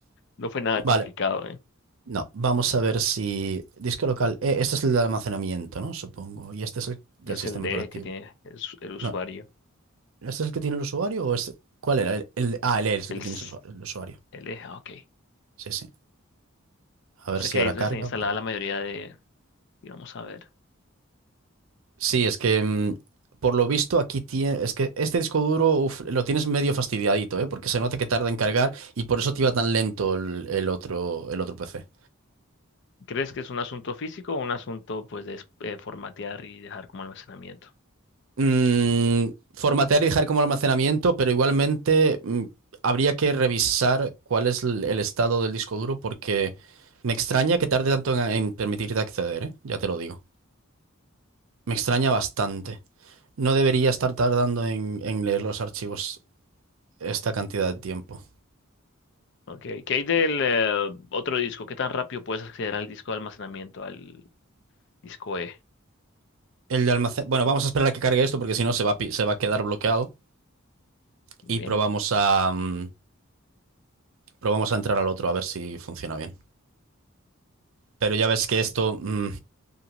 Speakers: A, on the left (about 55°); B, on the right (about 75°).
A: No fue nada
B: Vale,
A: complicado, ¿eh?
B: no, vamos a ver si. Disco local. eh, este es el de almacenamiento, ¿no? Supongo. Y este es el del
A: Es
B: sistema
A: el de
B: operativo.
A: que tiene el, usu- el usuario.
B: No, ¿este es el que tiene el usuario o es. ¿Cuál era? El, el- ah, el E es el
A: El,
B: que
A: s-
B: tiene el usu- el usuario.
A: el eje, ah, ok.
B: Sí, sí. A
A: O
B: ver
A: sea
B: si
A: que
B: ahora
A: ahí es
B: carga,
A: donde está instalada
B: porque...
A: la mayoría de, digamos, a ver.
B: Sí, es que mm, por lo visto aquí tiene... Es que este disco duro uf, lo tienes medio fastidiadito, ¿eh? Porque se nota que tarda en cargar y por eso te iba tan lento el, el otro, el otro PC.
A: ¿Crees que es un asunto físico o un asunto, pues, de es- eh, formatear y dejar como almacenamiento?
B: Mm, formatear y dejar como almacenamiento, pero igualmente mm, habría que revisar cuál es el, el estado del disco duro porque me extraña que tarde tanto en, en permitirte acceder, ¿eh? Ya te lo digo. Me extraña bastante. No debería estar tardando en, en leer los archivos esta cantidad de tiempo.
A: Ok, ¿qué hay del eh, otro disco? ¿Qué tan rápido puedes acceder al disco de almacenamiento, al disco E?
B: El de almacén. Bueno, vamos a esperar a que cargue esto porque si no se va, a pi- se va a quedar bloqueado
A: Bien,
B: y probamos a, mm, probamos a entrar al otro a ver si funciona bien. Pero ya ves que esto, mm,